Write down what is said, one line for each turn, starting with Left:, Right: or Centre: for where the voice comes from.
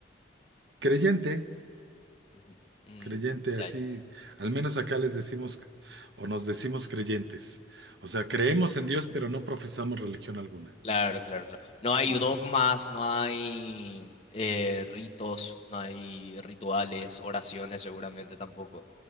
Right: Creyente,
Left: Ujú. Mm,
Right: creyente, así,
Left: ya, ya.
Right: al menos acá les decimos o nos decimos creyentes. O sea, creemos en Dios, pero no profesamos religión alguna.
Left: Claro, claro, claro. No hay
Right: Sí.
Left: dogmas, no hay eh, ritos, no hay rituales, oraciones seguramente tampoco.